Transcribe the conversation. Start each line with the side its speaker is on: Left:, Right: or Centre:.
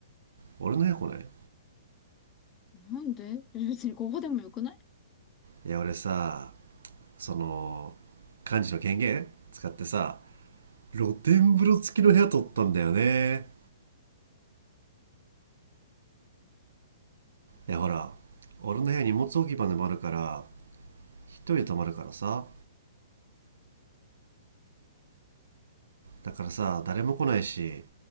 Right: 俺の部屋来ない
Left: なんで別にここでもよくない
Right: いや俺さその幹事の権限使ってさ露天風呂付きの部屋取ったんだよねいやほら俺の部屋荷物置き場でもあるから一人で泊まるからさだからさ誰も来ないし